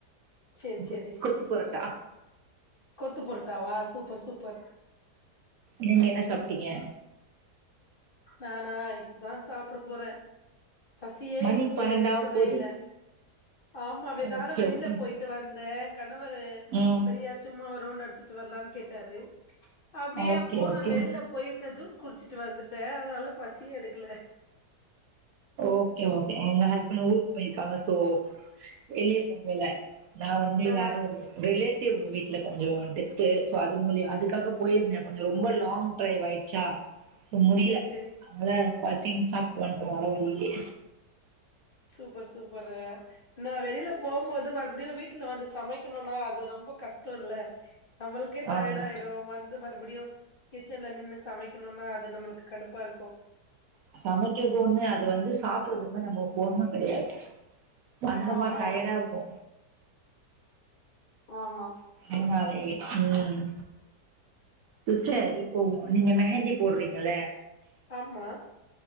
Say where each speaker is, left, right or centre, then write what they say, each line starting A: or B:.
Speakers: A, on the left; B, on the right.
A: சேரி
B: குத்
A: சேரி
B: குத்
A: சூப்பர்
B: புரட்டா
A: கொத்து பொரட்டாவா சூப்பர் சூப்பர்
B: நீங்க என்ன சாப்ட்டிங்க
A: நானா இப்பதா சாப்ட போறே பசியே
B: மணி
A: இரு
B: பன்னெண்டாவ
A: ஏ எடுக்கவே
B: போது
A: இல்ல ஆமா வெ நானு
B: ஓகே
A: வெளில
B: ஓகே
A: போயிட் ட்டு வந்தே கணவரு
B: ம்
A: வரியா சும்மா ஒரு ரவுண்ட்டடிச்சிட்டு வர்லான் கேட்டாரு அப்டியே
B: ஓகே
A: போனா
B: ஓகே
A: வெளில போயிட்டு ஜூஸ் குடிச்சிட்டு வந்துட்டே அதனால பசி எடுக்கல
B: ஓகே ஓகே எங்க ஹஸ்பண்ட் ஊருக்கு போயிருக்காங்க சோ வெளிய உங்கள நா வந்து
A: ஆ
B: வேற ஒரு ரிலேட்டிவ் வீ்ட்ல கொஞ்சோ டெத்து சோ அது மூலிய அதுக்காக போயிருந்தே கொஞ்சோ ரொம்ப லாங் ட்ரைவாயிட் ச்சா சோ முடில
A: சேரி சேரி
B: அதனால பசின் சாப்ட்டு வன்ட்டோ வர வழிலே
A: சூப்பர் சூப்பரு நா வெளில போம்போது மறுபடியு வீட்ல வந்து சமைக்கணுனா அது ரொம்ப கஷ்டோ இல்ல நம்முளுக்கே டயர்ட்
B: ஆமா
A: ஆயிரு வந்து மறுபடியு கிச்சன்ல நின்னு சமைக் குணுனா அது நம்ளுக்கு கடுப்பாருக்கு
B: சமைக்கறது ஒன்னு அது வந்து சாப்புர்றது து நம்போ பொம்ம கெடையாது வந்தமா
A: ஆமா
B: டயடா இருக்கு
A: ஆமா
B: அதனாலே ம் சிஸ்டர் இப்போ நீங்க மெஹந்தி போட்றீங்கள
A: ஆமா